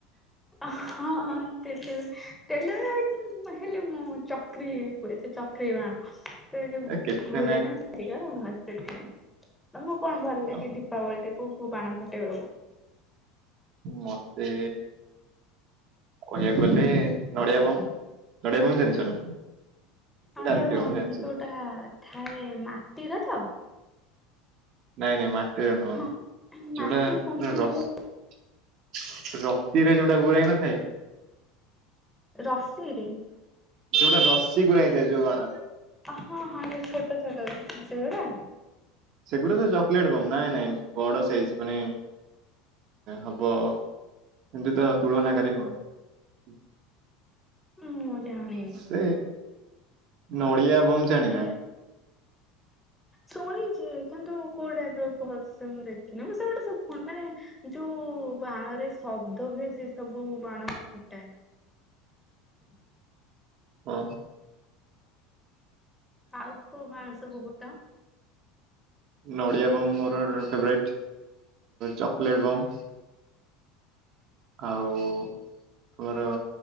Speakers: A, in the centre; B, on the right.
A: ହଁ ହଁ ତେଲୁଗୁଣି ତେ <unintelligible> ହେଲେ ମୁଁ ଚକ୍ରି କୁହେ ସେ ଚକ୍ରି ବାଣ। ସେ ଯୋଉ
B: ଏ କେତେ
A: ଘୁରେ ନା। <unintelligible> <unintelligible> କଣ ଭଲ ଲାଗେ
B: ଓହୋ,
A: ଦୀପାବଳିରେ? କଉ କଉ ବାଣ ଫୁଟେଇବାକୁ
B: ମତେ କହିବାକୁ ଗଲେ ନଡ଼ିଆ ବମ୍ ନଡ଼ିଆ ବମ୍ ଜାଣିଛ ନା।
A: ଆଡେ
B: ଜାଣିଥିବ ମୁଁ ଜାଣିଛି
A: କୋଉଟା ଥାଏ ମାଟିର ତ।
B: ନାଇଁ ନାଇଁ ମା ସେରା ନୁହଁ
A: ମା ମାଟି
B: ଯୋଉଟା
A: କୁମ୍ପି
B: ପୁରା ରସ
A: ଭ
B: ରସିରେ ଯୋଉଟା ଘୁରାହେଇ ନଥାଏ।
A: ରସିରେ
B: ଯୋଉଟା ରସିି ଗୁରା ହେଇଥାଏ ଯୋଉ ବାଣ ରେ।
A: ହଁ ହଁ ଛୋଟ ଛୋଟ ସେଗୁଡା
B: ସେଗୁଡ଼ା ତ ଚକୋଲେଟ ବମ୍ ନାଇଁ ନାଇଁ ବଡ ସାଇଜ ମାନେ ହବ ଏମତି ତ ତୁଳନାକରୀ ହବନି।
A: ମୁଁ ଜାଣିନି।
B: ସେ ନଡିଆ ବମ୍ ଜାଣିନା।
A: ଏ ଶୁଣିଛି କିନ୍ତୁ କୋଉ ଟାଇପ ର ଭଲସେ ମୁଁ ଦେଖିନି। ମୁଁ ସେ ଗୋଟେ ସବୁୁ ମାନେ ଯୋଉ ବାଣରେ ଶବ୍ଦ ହୁଏ ସେ ସବୁ ବାଣ ମୁଁ ଫୁଟାଏନି।
B: ଓ।
A: ଆଉ କୋଉ ବାଣ ସବୁ ଫୁଟାଅ।
B: ନଡିଆ ବମ୍ ମୋର ଫେବରାଇଟ୍ ଚକୋଲେଟ୍ ବମ୍, ଆଉ ତମର